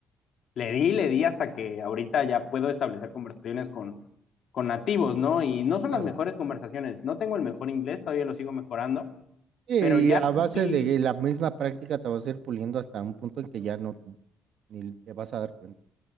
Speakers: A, on the left (about 65°); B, on the right (about 70°).
A: le di, le di hasta que ahorita ya puedo establecer conversaciones con, con nativos, ¿no? Y no son
B: claro.
A: las mejores conversaciones. No tengo el mejor inglés, todavía lo sigo mejorando,
B: Sí,
A: pero ya
B: Y a base
A: rompí,
B: de la misma práctica te vas a ir puliendo hasta un punto en que ya no ni te vas a dar cuenta.